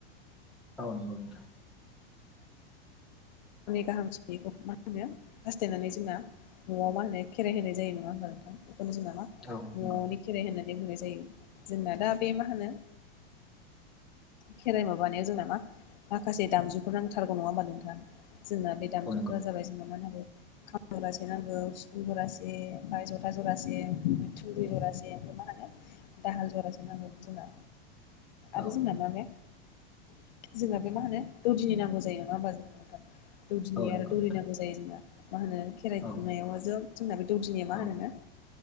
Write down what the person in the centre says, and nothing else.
नंगौ नोंथां
औ
नंगौ
औ नंगौ
औ
औ नंगौ
नोंथां
औ
औ